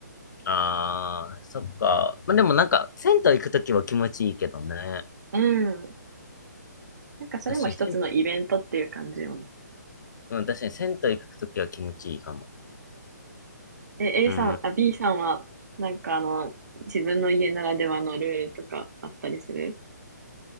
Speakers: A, on the left; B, on the right.
A: ああ、そっか。まあでもなんか、銭湯行くときは気持ちいいけどね。
B: うん。なんかそれも一つのイベントっていう感じよな。
A: 確かに、銭湯うん、確かに銭湯行くときは気持ちいいかも。
B: え、
A: うん。
B: A さん、あ、B さんは、なんかあの、自分の家ならではのルールとかあったりする